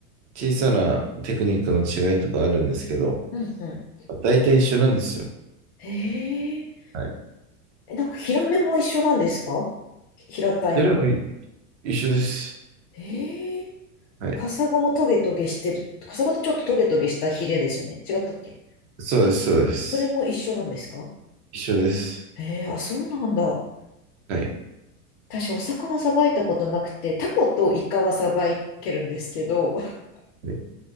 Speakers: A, on the right (about 50°); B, on the left (about 45°).
A: 小さなテクニックの違いとかあるんですけど、
B: うんうん。
A: 大体一緒なんですよ。
B: へえ。
A: はい。
B: え、なんか平面も一緒なんですかひ平たいのに。
A: それも一緒です。
B: へえ。
A: はい。
B: カサゴもトゲトゲしてる。カサゴってちょっとトゲトゲしたヒレですよね。違ったっけ
A: そうです、そうです。
B: それも一緒なんですか
A: 一緒です。
B: へえ、あ、そうなんだ。
A: はい。
B: 私、お魚さばいたことなくて、タコとイカはさばいけるんですけど、<laughs>
A: はい。